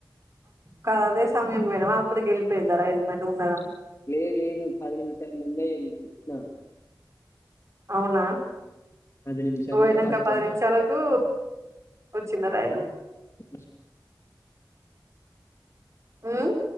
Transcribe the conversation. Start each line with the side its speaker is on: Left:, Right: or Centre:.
Right: కాదు అదే సమయానికి పోయినవా అప్పడికే వెళ్ళిపోయిందా రైలు ముందుగా.
Left: లేదు లేదు పది నిమ్షాల ముందే ఇళ్ళిచ్చిన
Right: అవునా,
Left: పది నిమిషాలు
Right: నువ్వు పోయినాంక
Left: కూడా పట్టాలి
Right: పది నిముషాలుకు వచ్చిందా రైలు.
Left: ఆహ్ <unintelligible>
Right: మ్